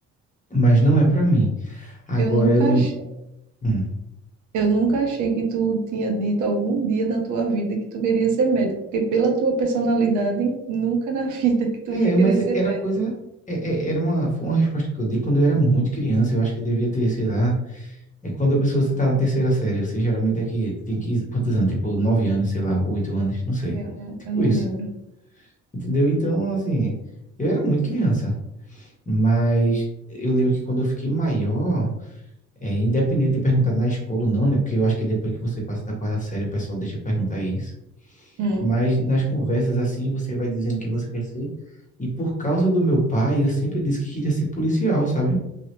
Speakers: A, on the left; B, on the right.
A: mas não é pra mim. Agora
B: Eu nunca
A: eu lembro.
B: achei.
A: Hum.
B: Eu nunca achei que tu tinha dito algum dia da tua vida que tu queria ser médico, porque pela tua personalidade, nunca na <laughs> vida que tu
A: É,
B: ia querer
A: mas
B: ser
A: era
B: médico.
A: coisa. é- é- era uma, foi uma resposta que eu dei quando eu era muito criança. Eu acho que eu devia ter, sei lá. É quando a pessoa você tá na terceira série, você geralmente é que tem que. Quantos anos? Tipo, nove anos, sei lá, oito anos, não sei.
B: Eu não,
A: Tipo
B: eu não
A: isso.
B: lembro.
A: Entendeu? Então, assim, eu era muito criança, mas eu lembro que quando eu fiquei maior, é, independente de perguntar na escola ou não, né? Porque eu acho que depois que você passa da quarta série, o pessoal deixa perguntar isso.
B: Hum.
A: Mas nas conversas assim, você vai dizendo o que você quer ser. E por causa do meu pai, eu sempre disse que queria ser policial, sabe?